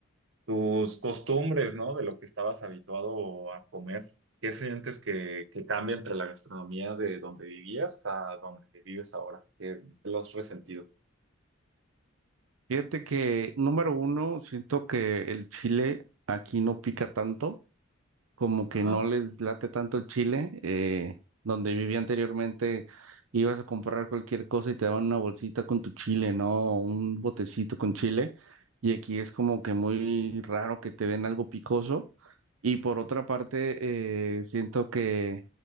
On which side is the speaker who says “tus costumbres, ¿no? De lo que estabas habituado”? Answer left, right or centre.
Right